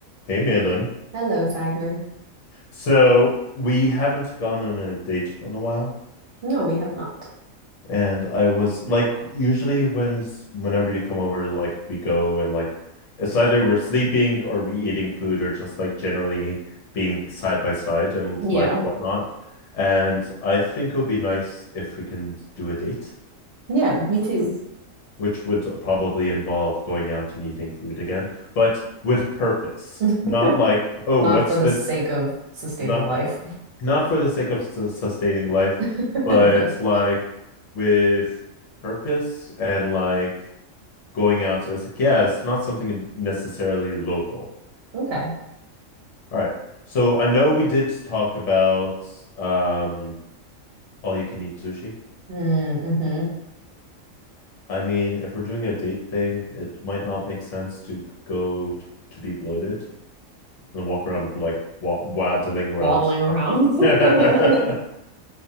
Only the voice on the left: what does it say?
Hey, Malin.
So we haven't gone on a date in a while,
and I was like, usually when whenever you come over, like we go and like it's either we're sleeping or we eating food or just like generally being side by side and
like whatnot. And I think it would be nice if we can do a date,
which would probably involve going out and eating food again, but with purpose,
not like, oh,
what's
this?
Not
not for the sake of su sustaining life,
but like with purpose and like going out. It's like, yeah, it's not something necessarily local.
All right. So I know we did talk about um all you can eat sushi.
I mean, if we're doing a date thing, it might not make sense to go t- to be bloated and walk around like wa waddling around.
<laughs>
What